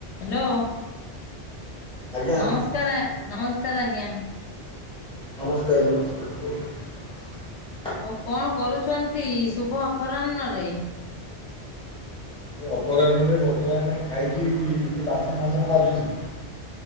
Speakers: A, on the left; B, in the centre.
A: ହ୍ୟାଲୋ।
B: ଆଜ୍ଞା
A: ନମସ୍କାର ନମସ୍କାର ଆଜ୍ଞା।
B: ନମସ୍କାର ନମସ୍କାର ହେ।
A: ଆଉ କଣ କରୁଛନ୍ତି। ଶୁଭ ଅପରାହ୍ନରେ?
B: ଏ ଅପରାହ୍ନରେ ବର୍ତ୍ତମାନ ଖାଇକି ଟିକେ ବାସନ ଫାସନ ମାଜୁଥିଲି।